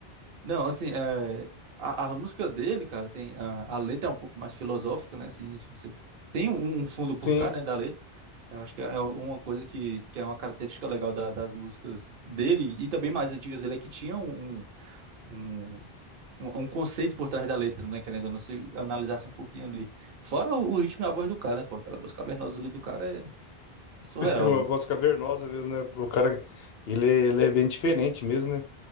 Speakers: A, on the right (about 60°); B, on the left (about 75°).
A: Não, assim, é, a, a música dele, cara, tem a, a letra é um pouco mais filosófica, né? Assim, se você tem um, um fundo por
B: Sim,
A: trás, né, da letra. Eu acho que é é uma coisa que, que é uma característica legal da- das músicas dele e também mais antigas dele é que tinha um, um, um, um conceito por trás da letra, né? Querendo ou não, se analisasse um pouquinho ali. Fora o, o ritmo e a voz do cara, né? Pô, aquela voz cavernosa ali do cara é surreal,
B: <laughs> com uma
A: velho.
B: voz cavernosa mesmo, né? O cara, ele, ele é bem diferente mesmo, né?